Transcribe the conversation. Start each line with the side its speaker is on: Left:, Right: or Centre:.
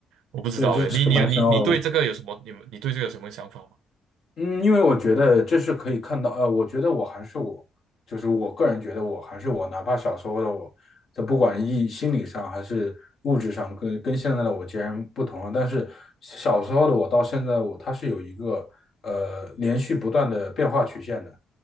Right: 我不知道诶。
Left: 对，这是个蛮深奥的问题。
Right: 你你有你你对这个有什么？你们你对这个有什么想法吗？
Left: 嗯，因为我觉得这是可以看到，呃，我觉得我还是我，就是我个人觉得我还是我，哪怕小时候的我，这不管意心理上还是物质上跟，跟现在的我截然不同了。但是小时候的我到现在的我，它是有一个呃连续不断的变化曲线的，